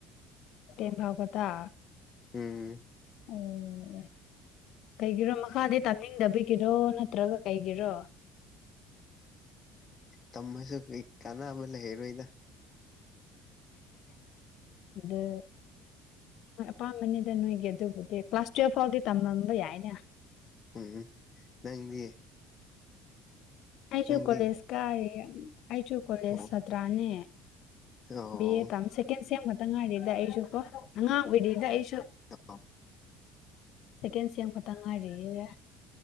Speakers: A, on the left; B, on the left.
A: ꯇꯦꯟ ꯐꯥꯎ ꯈꯇ꯫
B: ꯎꯝ꯫
A: ꯑꯣ ꯀꯩꯒꯤꯔꯣ ꯃꯈꯥꯗꯤ ꯇꯥꯅꯤꯡꯗꯕꯤꯒꯤꯔꯣ ꯅꯠꯇ꯭ꯔꯒ ꯀꯩꯒꯤꯔꯣ꯫
B: ꯇꯃꯁꯨ ꯀ ꯀꯅꯥꯕ ꯂꯩꯔꯔꯣꯏꯗ꯫
A: ꯑꯗꯨ ꯑꯄꯥꯝꯕꯅꯤꯗ ꯅꯣꯏꯒꯤ ꯑꯗꯨꯕꯨꯗꯤ ꯀ꯭ꯂꯥꯁ ꯇꯨꯌꯦꯞ ꯐꯥꯎꯗꯤ ꯇꯝꯃꯝꯕ ꯌꯥꯏꯅ꯫
B: ꯎꯝ ꯅꯪꯗꯤ꯫
A: ꯑꯩꯁꯨ
B: ꯅꯪꯗꯤ
A: ꯀꯣꯂꯦꯖ ꯀꯥꯔꯤꯌꯦ ꯑꯩꯁꯨ ꯀꯣꯂꯦꯖ
B: ꯑꯣ
A: ꯁꯥꯇ꯭ꯔꯥꯅꯦ꯫
B: ꯑꯣ
A: ꯕꯤ ꯑꯦ ꯇꯝ ꯁꯦꯀꯦꯟ ꯁꯦꯝ ꯈꯛꯇꯪ ꯉꯥꯏꯔꯤꯗ ꯑꯩꯁꯨ ꯀꯣ ꯑꯉꯥꯡ ꯑꯣꯏꯔꯤꯗ ꯑꯩꯁꯨ꯫
B: <unintelligible>
A: ꯁꯦꯀꯦꯟ ꯁꯦꯝ ꯈꯛꯇꯪ ꯉꯥꯏꯔꯤꯌꯦ꯫